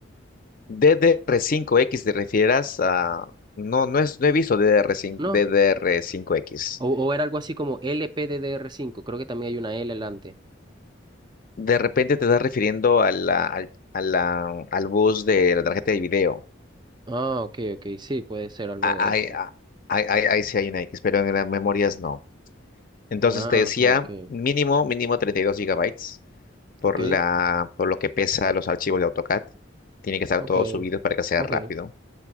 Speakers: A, on the left (about 45°); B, on the right (about 20°).
A: DDR5X te refieras a... No, no, es, no he visto DDR5,
B: ¿No?
A: DDR5X.
B: O, o era algo así como lpddr cinco. creo que también hay una L delante.
A: De repente te estás refiriendo a la, al, a la- al bus de la tarjeta de video.
B: Ah, ok, ok, sí, puede ser algo
A: Ah,
B: de
A: Ahí
B: eso.
A: ah, ahí- ahí- ahí sí hay una X, pero en las memorias no. Entonces
B: Ah,
A: te decía
B: ok, ok,
A: mínimo, mínimo 32 gigabytes por
B: ok,
A: la, por lo que pesa los archivos de AutoCAD. Tiene que estar
B: ok,
A: todo subido para que sea
B: ok.
A: rápido.